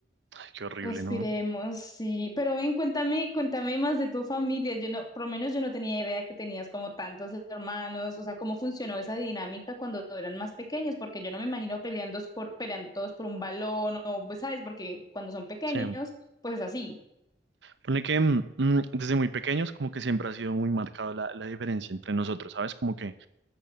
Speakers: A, on the right (about 75°); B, on the left (about 20°).
A: Ay, qué horrible,
B: Respiremos,
A: ¿no?
B: sí. Pero ven, cuéntame, cuéntame más de tu familia. Yo no, por lo menos yo no tenía idea que tenías como tantos hermanos. O sea, ¿cómo funcionó esa dinámica cuando eran más pequeños? Porque yo no me imagino peleando por, peleando todos por un balón o, pues, ¿sabes? Porque cuando son pequeños,
A: Sí.
B: pues es así.
A: Pone que mm, desde muy pequeños como que siempre ha sido muy marcada la, la diferencia entre nosotros, ¿sabes? Como que